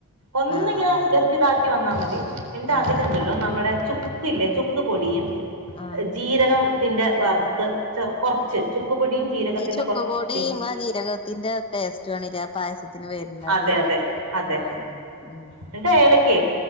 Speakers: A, on the left; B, on the right.
A: ആഹ്
B: ഒന്നിങ്ങനെ
A: ആഹ്
B: ജസ്റ്റ് ഇതാക്കി വന്നാൽ മതി എന്റെ
A: ആഹ്
B: അതിലുണ്ടല്ലോ നമ്മുടെ ചുക്ക് ഇല്ലേ ചുക്ക് പൊടിയും
A: ആഹ് ആഹ്
B: ജീരകത്തിന്റെ വറുത്ത് കുറച്ച് പൊടിയും ജീരകത്തിന്റെ
A: ഈ ചുക്ക്പൊടി
B: കുറച്ച് പൊടിയും
A: ഇമ്മളെ ജീരകത്തിന്റെ ടേസ്റ്റാണ്ലെ ആ പായസത്തിന് വെര്ണത്?
B: അതെ അതെ അതെ
A: ആ മ്മ്
B: എന്നിട്ട് ഏലക്കയും